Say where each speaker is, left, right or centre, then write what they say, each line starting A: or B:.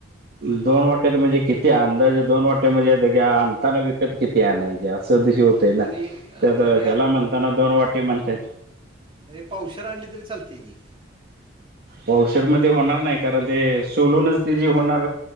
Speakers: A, on the right; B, on the right.
A: दोन वाटेेत म्हणजे किती अंदाजे दोन वाटे म्हणजे आणताना विकत किती आहे नाहीे. सध होते
B: हा,
A: ना
B: तरी
A: त्या
B: तरी
A: ह्याला म्हणताना दोन वाटी म्हणताय.
B: पावशेअर आणली तरी चालते की.
A: वॉशर मध्ये होणार नाही कारण ते सोलूनच ती ज होणार.